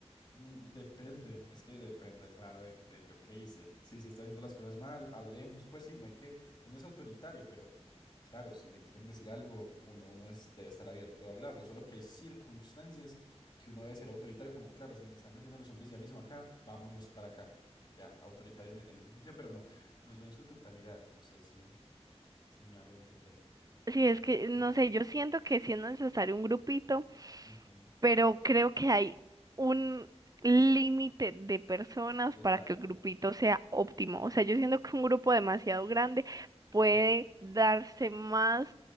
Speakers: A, on the left; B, on the right.
A: Mm, Depende, es que depende, claro, de, de yo qué hice. Sí, si está haciendo las cosas mal, hablemos, pues sí, no hay que, uno es autoritario, pero claro, si le quieren decir algo, uno, uno es- debe estar abierto a hablarlo, solo que hay circunstancias que uno debe ser autoritario, como claro, si nos están metiendo los zombies ya mismo acá, vámonos para acá. Ya, autoritario en, e- en ese sentido, pero no, no, no en su totalidad, no sé si, si me hago entender.
B: Sí, es que, no
A: Sí.
B: sé, yo siento que si es necesario un grupito,
A: Ujú,
B: pero creo que hay un límite de personas
A: Exacto.
B: para que el grupito sea óptimo. O sea, yo siento que un grupo demasiado grande puede
A: Ujú,
B: darse más